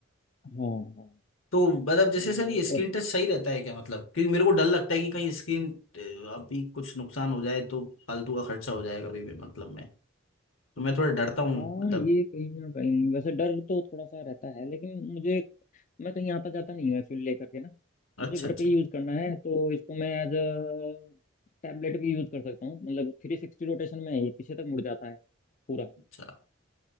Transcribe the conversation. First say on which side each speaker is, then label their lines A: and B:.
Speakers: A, on the left; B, on the left.
A: हाँ हाँ
B: तो मतलब जैसे
A: तो
B: सर ये स्क्रीन
A: और
B: टच सही रहता है क्या मतलब क्योंकि मेरे को डर लगता है कि कहीं स्क्रीन अभी कुछ नुकसान हो जाए तो फालतू का खर्चा हो जाएगा अभी भी मतलब मैं तो मैं थोड़ा डरता हूँ
A: हाँ
B: मतलब
A: ये कहीं ना कहीं वैसे डर तो थोड़ा सा रहता है लेकिन मुझे मैं कहीं आता जाता नहीं हूँ एक्चुअली लेकर के ना मुझे
B: अच्छा
A: घर
B: अच्छा
A: पे ही यूज करना है तो इसको मैं एज अ टैबलेट भी यूज कर सकता हूँ मतलब थ्री सिक्सटी रोटेशन में है ये पीछे तक मुड़ जाता है पूरा
B: अच्छा